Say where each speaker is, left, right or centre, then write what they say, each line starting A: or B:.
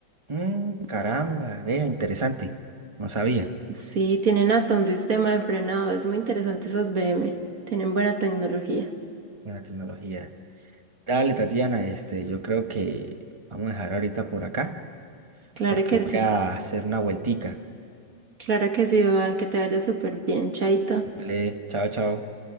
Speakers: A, on the right; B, on the right.
A: Mm, caramba, vea, interesante, no sabía,
B: Sí, tienen hasta un sistema de frenado. Es muy interesante esas BM. Tienen buena tecnología.
A: buena tecnología. Dale, Tatiana, este, yo creo que vamos a dejar ahorita por acá,
B: Claro
A: porque
B: que
A: voy
B: sí.
A: a hacer una vueltica,
B: Claro que sí, Iván, que te vaya súper bien, Chaito.
A: ¿vale? Chao, chao.